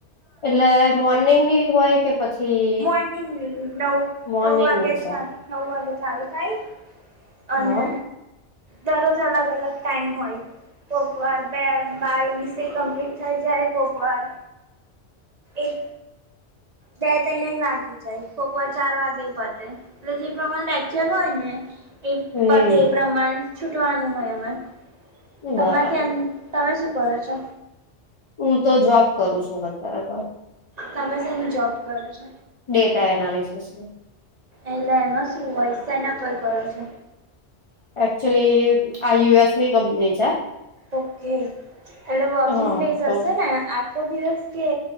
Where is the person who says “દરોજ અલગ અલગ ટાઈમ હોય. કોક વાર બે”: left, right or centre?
Right